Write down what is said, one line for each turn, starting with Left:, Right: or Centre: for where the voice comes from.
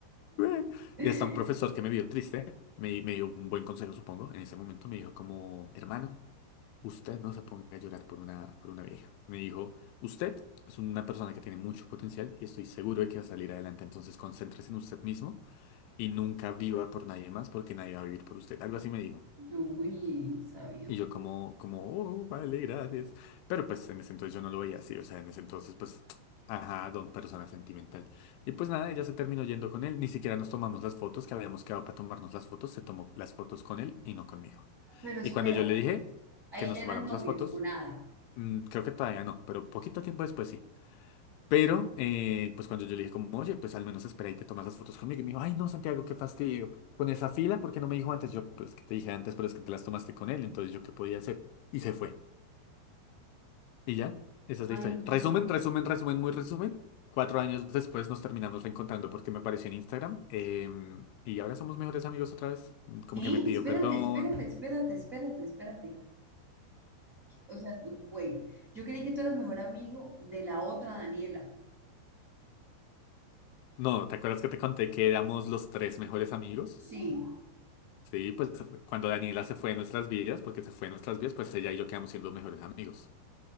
Left: eh".
Right: <laughs>
Left: Y hasta un profesor que me vio triste, me, me dio un buen consejo, supongo, en ese momento me dijo como, hermano. Usted no se ponga a llorar por una, por una vieja. Me dijo, usted es una persona que tiene mucho potencial y estoy seguro de que va a salir adelante. Entonces concéntrese en usted mismo y nunca viva por nadie más porque nadie va a vivir por usted. Algo así me dijo.
Right: Uy, sabio.
Left: Y yo como, como, oh, vale, gracias. Pero pues en ese entonces yo no lo veía así. O sea, en ese entonces pues, <tsk> ajá, don persona sentimental. Y pues nada, ella se terminó yendo con él. Ni siquiera nos tomamos las fotos que habíamos quedado para tomarnos las fotos. Se tomó las fotos con él y no conmigo.
Right: Pero espera,
Left: Y cuando yo le dije
Right: ahí
Left: que nos
Right: ya
Left: tomáramos
Right: eran novios
Left: las fotos,
Right: o nada.
Left: Mm, creo que todavía no, pero poquito tiempo después sí. Pero, eh, pues cuando yo le dije como, oye, pues al menos espera y te tomas las fotos conmigo. Y me dijo, ay, no, Santiago, qué fastidio. Con esa fila, ¿por qué no me dijo antes? Yo, pero es que te dije antes, pero es que te las tomaste con él, entonces yo qué podía hacer. Y se fue. Y ya, esa es
Right: Ay,
Left: la historia.
Right: no.
Left: Resumen, resumen, resumen, muy resumen. Cuatro años después nos terminamos reencontrando porque me apareció en Instagram. em, y ahora somos mejores amigos otra vez. Mm, Como
Right: ¿Qué?
Left: que me pidió
Right: Espérate,
Left: perdón.
Right: espérate, espérate, espérate, espérate. O sea, wait. Yo creí que tú eras mejor amigo de la otra Daniela.
Left: No, ¿te acuerdas que te conté que éramos los tres mejores amigos?
Right: Sí,
Left: Sí, pues cuando Daniela se fue de nuestras vidas, porque se fue de nuestras vidas, pues ella y yo quedamos siendo mejores amigos.